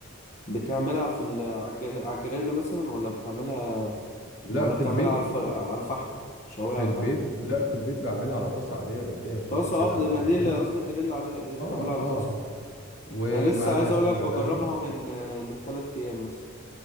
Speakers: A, on the left; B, on the left.
A: بتعملها في ال... على الجر- على الجريل مثلا ولا بتعملها
B: لا
A: ولا
B: في
A: بتعملها
B: البيت
A: على الف... على الفحم شوية
B: في
A: على
B: البيت
A: الفحم
B: لا في البيت بعملها على طاسه عاديه بديها شوك
A: طاسة
B: كده
A: قبل
B: على
A: ما
B: ناحيتين
A: دي اللي قصدي الجريل عليها دي
B: اه
A: بتعملها على
B: اه
A: طاسة
B: ومعاها
A: انا لسه عايز اقولك
B: زبدة
A: بجربها
B: بقري
A: من آه، من تلات ايام مثلا